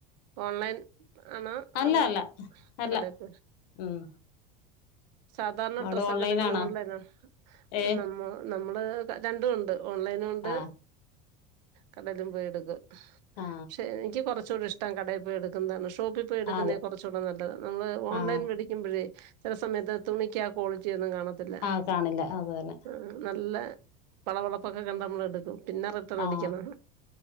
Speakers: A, on the right (about 80°); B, on the left (about 70°).
A: ഓൺലൈൻ ആണോ?
B: അല്ല
A: അതോ
B: അല്ല അല്ല
A: കടപ്പ
B: ഉം
A: സാധാരണ
B: അവിടെ
A: ഡ്രസ്സൊക്കെ
B: ഓൺലൈനാണോ
A: എടുക്കുന്ന ഓൺലൈന,
B: ഏ
A: നമ്മ നമ്മള് രണ്ടും ഉണ്ട്. ഓൺലൈൻ കൊണ്ട്
B: ആ
A: കടലും പോയി എടുക്കും.
B: ആ
A: പക്ഷെ എനിക്ക് കൊറച്ച് കുറച്ചൂടിയിഷ്ടം കടയിൽ പോയി എടുക്കുന്നതാണ് ഷോപ്പിൽ പോയി എടുന്നേ
B: അതെ
A: കെറച്ചൂടെ നല്ലത് നമ്മൾ ഓൺലൈൻ
B: ആ
A: മേടിക്ക്മ്പഴേ ആ സമയത്ത് തുണിക്ക ആ ക്വാളിറ്റിൊന്നും കാണത്തില്ല
B: ആ കാണില്ല അത് തന്നെ
A: ആ നല്ല പളവളപ്പൊക്കെ കണ്ട് നമ്മൾ എടുക്കും പിന്നെ റിട്ടൺ
B: ആ
A: അടിക്കണം